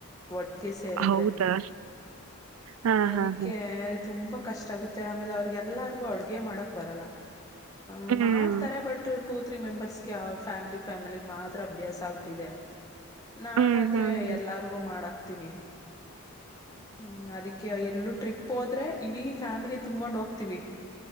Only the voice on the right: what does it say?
ಹೌದಾ? ಹಾ
ಹಾ ಹಾ.
ಹ್ಮ್
ಹ್ಮ್
ಹ್ಮ್